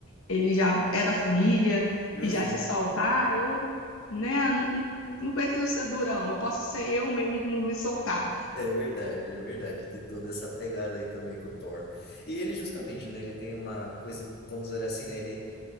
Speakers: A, on the left (about 80°); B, on the left (about 50°).
A: ele já é da família
B: uhum,
A: e já se soltar, eu, né, não, não preciso ser durão, eu posso ser eu mesmo me soltar.
B: é verdade, é verdade. Tem toda essa pegada aí também com o Thor. E ele justamente, né, ele tem uma coisa, vamos dizer assim, né, ele